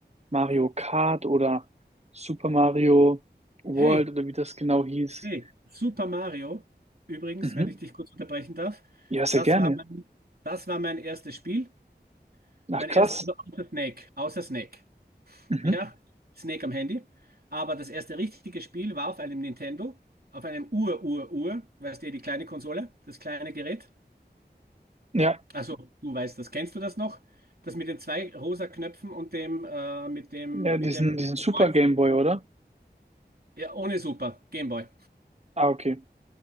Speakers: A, on the right; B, on the right.
A: Mario Kart oder Super Mario World
B: Hey,
A: oder wie das genau hieß.
B: hey, Super Mario, übrigens,
A: Mhm.
B: wenn ich dich kurz unterbrechen darf,
A: Ja, sehr
B: das
A: gerne.
B: war mein, das war mein erstes Spiel.
A: Ach,
B: Mein
A: krass.
B: erstes, also außer Snake, außer Snake.
A: Mhm.
B: Ja, Snake am Handy. Aber das erste richtige Spiel war auf einem Nintendo, auf einem Ur-Ur-Ur, weißt du, die kleine Konsole, das kleine Gerät.
A: Ja,
B: Also, du weißt das. Kennst du das noch? Das mit den zwei rosa Knöpfen und dem, äh, mit dem,
A: ja, diesen,
B: mit dem
A: diesen Super
B: Kreuz?
A: Game Boy, oder?
B: Ja, ohne Super. Gameboy.
A: Ah, okay.